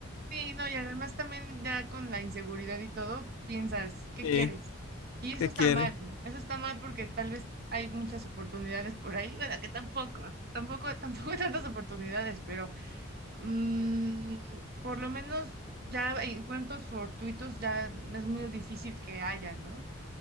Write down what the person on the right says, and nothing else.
Sí, no, y además también ya con la inseguridad y todo, piensas, ¿qué
quieres? Y eso
está
mal, eso está mal porque tal vez hay muchas oportunidades por ahí, bueno, que tampoco, tampoco, <laughs> tampoco hay tantas oportunidades, pero mm, por lo menos ya encuentros fortuitos ya es muy difícil que haya, ¿no?